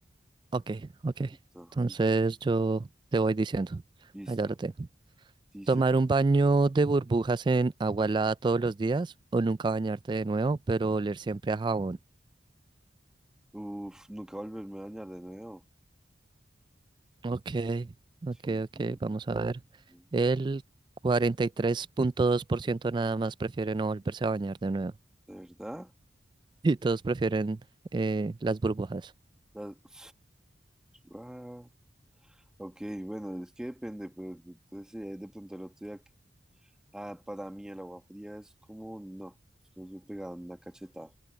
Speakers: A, on the right (about 25°); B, in the centre.
A: Ok, ok.
B: Listo,
A: Entonces
B: eh,
A: yo te voy diciendo.
B: listo.
A: Allá lo tengo.
B: Dice,
A: ¿Tomar un baño de burbujas en agua helada todos los días o nunca bañarte de nuevo, pero oler siempre a jabón?
B: uff, nunca volverme a dañar de nuevo.
A: Ok, ok,
B: Sí,
A: ok.
B: no,
A: Vamos
B: no,
A: a ver.
B: no.
A: El 43.2% nada más prefiere no volverse a bañar de nuevo.
B: ¿De verdad?
A: Y todos prefieren eh, las burbujas.
B: La- <sighs> Ah, ok, bueno, es que depende, pero entonces eh, de pronto el otro día Ah, para mí el agua fría es como, no, es como si me pegaran una cachetada.